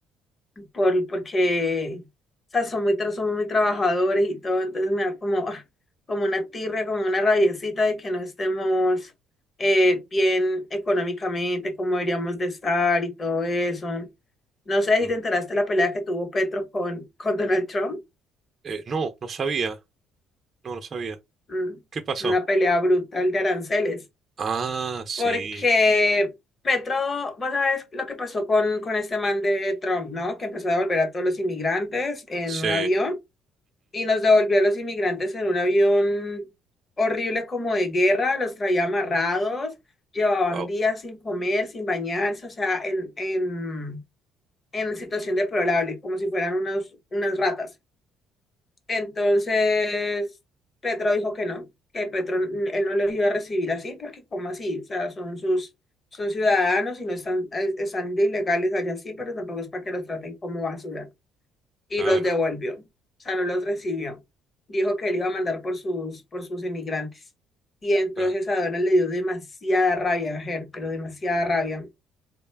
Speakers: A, on the left (about 20°); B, on the right (about 30°).
A: por, porque, o sea, son muy, tra- somos muy trabajadores y todo, entonces me da como, <laughs> como una tirria, como una rabiecita de que no estemos eh, bien económicamente, como deberíamos de estar y todo eso. No sé
B: Ujú.
A: si te enteraste de la pelea que tuvo Petro con, con Donald Trump,
B: Eh, no, no sabía, no, no sabía.
A: Mm,
B: ¿Qué pasó?
A: una pelea brutal de aranceles,
B: Ah, sí,
A: porque... Petro, vos sabés lo que pasó con, con este man de Trump, ¿no? Que empezó a devolver a todos los inmigrantes en
B: sí,
A: un avión. y nos devolvió a los inmigrantes en un avión horrible como de guerra, los traía amarrados, llevaban
B: Wow,
A: días sin comer, sin bañarse, o sea, en, en, en situación deplorable, como si fueran unos, unas ratas. Entonces, Petro dijo que no, que Petro, él no los iba a recibir así, porque como así? O sea, son sus, son ciudadanos y no están, eh, están de ilegales allá sí, pero tampoco es para que los traten como basura y
B: claro,
A: los devolvió. O sea, no los recibió. Dijo que él iba a mandar por sus, por sus emigrantes. Y entonces
B: claro.
A: a Donald le dio demasiada rabia a Her, pero demasiada rabia.